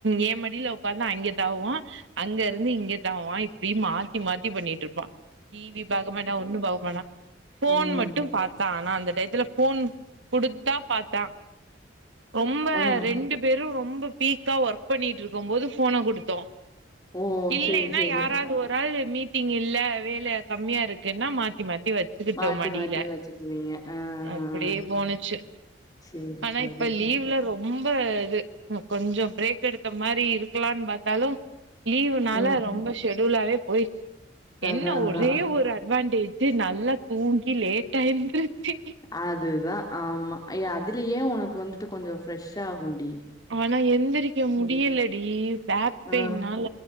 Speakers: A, on the right; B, on the left.
A: ஏ மடியில உட்காந்து அங்க தாவுவா அங்க ருந்து இங்க தாவுவா இப்டி மாத்தி மாத்தி பண்ணிட்டுருப்பா டிவி பாக்கமாட்டா ஒன்னு பாக்கமாட்டா ஃபோன்
B: ம்
A: மட்டு பாத்தா நா அந்த டயத்துல ஃபோன் குடுத்தா பாத்தா ரொம்ப
B: ம்
A: ரெண்டு பேரு ரொம் ப பீக்கா ஒர்க் பண்ணிட்டு இருக்கும் போது ஃபோன குடுத்தோ
B: ஓ
A: இல்லைன்னா
B: சேரி சேரி
A: யாராவது ஒரு ஆள் மீட்டிங் இல்ல வேல கம்மியா இருக்குன்னா மாத்தி மாத் க்கு வச்சுக்கிட்டோம்
B: மாத்தி
A: மடில
B: மாத்தி வச்சுக்குவீங்க ஆ ஆ
A: அப்புடியே
B: ஆ
A: போனச்சு
B: சேரி
A: ஆனா
B: சேரி
A: இப்ப லீவ்ல ரொம் ரொம்ப இது உம்‌‌ கொஞ்சோ பிரேக் எடுத்த மாரி இருக்கலான்னு பாத்தாலு லீவுனால
B: ம்
A: ரொம்ப ஷேக் <unintelligible> ‌ஓய் என்ன
B: அதா அதா
A: ஒரே ஒரு அட்வான்டேஜ் சேர் நல்லா தூங்கி லேட்டா எந்துருச்சு
B: அதுதா ஆமா ஏ அதுலயே உனக்கு வந்துட்டு கொஞ்சோ ஃப்ரெஷ்ஷாகும்டி
A: ஆனா எந்திரிக்க முடியல டி பேக் பெயின்னால
B: ஆ